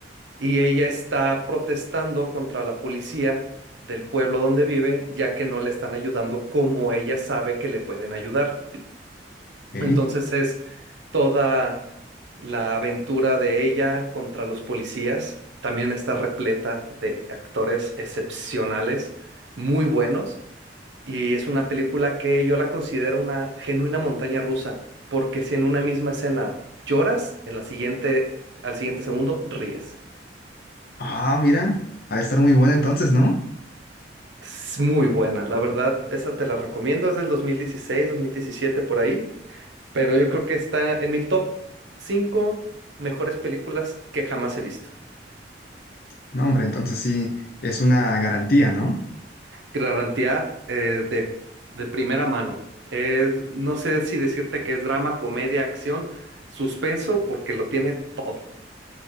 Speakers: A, on the right (about 85°); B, on the left (about 55°).
A: y ella está protestando contra la policía del pueblo donde vive, ya que no le están ayudando como ella sabe que le pueden ayudar.
B: ok.
A: Entonces es toda la aventura de ella contra los policías. También está repleta de actores excepcionales, muy buenos. Y es una película que yo la considero una genuina montaña rusa, porque si en una misma escena lloras, en la siguiente, al siguiente segundo ríes.
B: Ah, mira, ha de estar muy buena entonces, ¿no?
A: Es muy buena, la verdad, esa te la recomiendo, es del 2016, 2017 por ahí, pero yo creo que está en mi top 5 mejores películas que jamás he visto.
B: No, hombre, entonces sí, es una garantía, ¿no?
A: Garantía eh, de, de primera mano. Es- no sé si decirte que es drama, comedia, acción, suspenso, porque lo tiene todo.